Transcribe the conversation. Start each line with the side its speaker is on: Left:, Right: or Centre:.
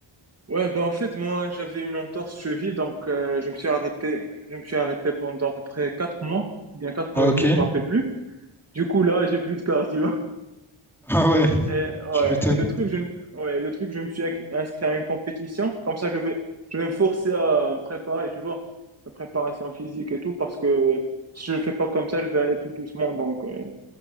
Right: Ouais, ben en fait, moi, j'avais une entorse cheville, donc euh, je me suis arrêté, je me suis arrêté pendant à peu près quatre mois, bien quatre
Centre: Ah,
Right: mois
Centre: ok.
Right: et demi,
Centre: <laughs>
Right: je me rappelle plus. Du coup, là, j'ai plus de cardio.
Centre: Ah ouais,
Right: Euh,
Centre: tu
Right: ouais,
Centre: m'étonnes.
Right: le truc, je, ouais, le truc, je me suis inc- inscrit à une compétition. Comme ça, je vais, je vais me forcer à me préparer, tu vois, la préparation physique et tout, parce que si je ne fais pas comme ça, je vais aller tout doucement. Donc, euh,